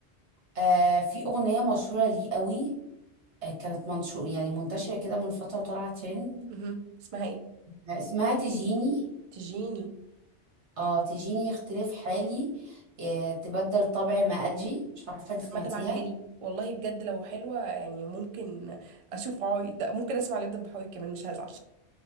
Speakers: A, on the right; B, on the right.
A: آه في اغنيه مشهوره ليه قوي آه كانت منشور يعني منتشره كده من فتره وطالعه ترند
B: مهم. اسمها ايه
A: آه اسمها تجيني
B: تجيني
A: اه تجيني اختلاف حالي آه تبدل طبعي ما اجي مش عارفه انت سمعتيها
B: ما تبعتها لي والله بجد لو حلوه يعني ممكن اشوف عايد ده ممكن اسمع لبدة بحوي كمان مش هزعل